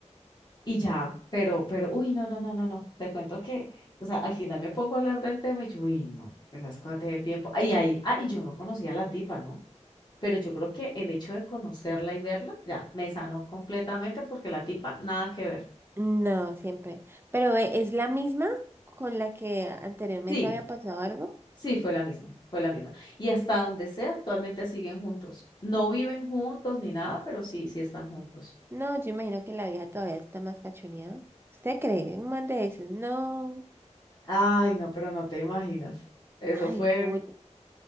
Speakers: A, on the left (about 35°); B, on the right (about 20°).
A: y ya. Pero, pero, uy, no, no, no, no, no. Te cuento que, o sea, al final me pongo a hablar del tema y yo, uy, no, esas cosas de tiempo. Ay, ahí ah, y yo no conocía a la tipa, ¿no? Pero yo creo que el hecho de conocerla y verla, ya, me sanó completamente porque la tipa, nada que ver.
B: no, siempre. Pero eh, ¿es la misma con la que anteriormente
A: Sí,
B: había pasado algo?
A: Sí, fue la misma, fue la misma. Y hasta donde sea, actualmente siguen juntos. No viven juntos ni nada, pero sí, sí están juntos.
B: No, yo imagino que la vieja todavía está más cachoneada. ¿Usted cree? Un man de esos. No.
A: Ay, no, pero no te imaginas. Eso
B: Ay,
A: fue
B: Juli.